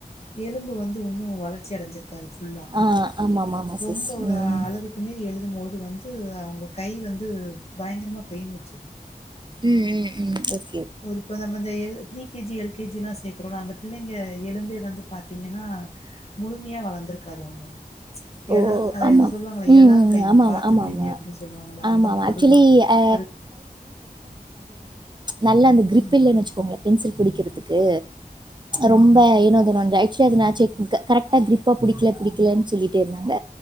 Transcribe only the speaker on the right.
ஆ ஆமாமாமா
சிஸ்.
ம்.
உம் உம் உம்
ஓ
ஆமா.
ம்
ஆமாமா
ஆமாமா.
ஆமாமா.
ஆக்சுவலி
அ
நல்ல அந்த கிரிப்
இல்லைன் வெச்சுங்கோங்களே பென்சில் பிடிக்கிறதுக்கு
ரொம்ப ஏனாதுன அங்காயிட் சோ நா செக் குடுத்த கரெக்ட்டா கிரிப்பா பிடிக்க படிக்கலன் சொல்லிட் ட்டே இருந்தாங்க